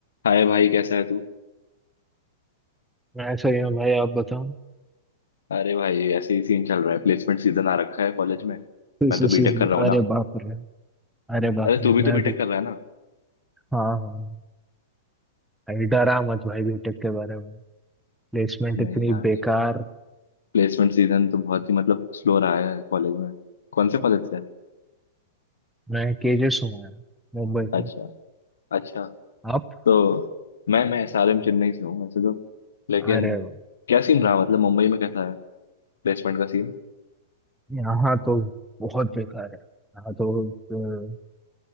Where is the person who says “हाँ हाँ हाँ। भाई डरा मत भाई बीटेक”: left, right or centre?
Centre